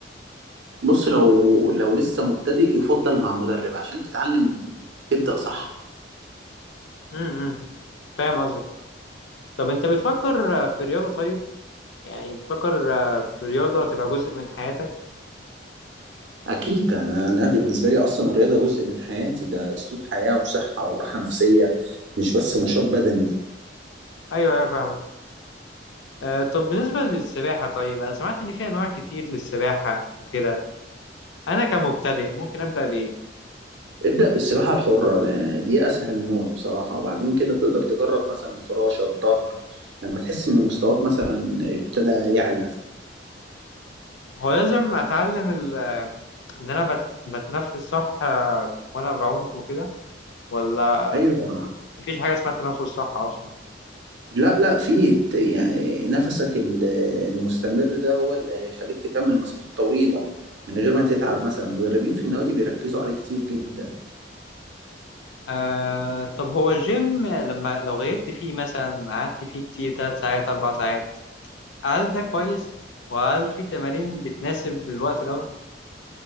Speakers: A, on the right (about 75°); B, on the left (about 80°).
A: بص لو لو لسه مبتدئ يفضل مع مدرب عشان تتعلم تبدأ صح
B: امم فاهم قصدك طب انت بتفكر آه، في رياضة طيب يعني بتفكر آه، في رياضة تبقى جزء من حياتك
A: أكيد أنا أنا بالنسبة لي أصلا الرياضة جزء من حياتي ده أسلوب حياة وصحة وراحة نفسية مش بس نشاط بدني
B: ايوه ايوه فاهمك آه، طب بالنسبة للسباحة طيب انا سمعت ان في انواع كتير للسباحة وكده انا كمبتدئ ممكن ابدأ بايه
A: ابدأ بالسباحة الحرة لا- دي أسهل نوع بصراحة وبعدين كده تقدر تجرب مثلا الفراشة الظهر لما تحس إن مستواك مثلا ابتدى يعلى
B: هو لازم اتعلم ال... ان انا بت... بتنفس صح آه، وانا بعوم وكده ولا
A: أيوه
B: مفيش حاجة اسمها التنفس صح اصلا
A: لا لا في ت- يعني نفسك ال- المستمر ده هو اللي هيخليك تكمل مسافات طويلة من غير ما تتعب مثلا المدربين في النوادي بيركزوا عليه كتير جدا
B: آه طب هو الجيم لما لو غيبت فيه مثلا قعدت فيه كتير ثلاث ساعات أربع ساعات هل ده كويس؟ وهل في تمارين بتناسب الوقت ده؟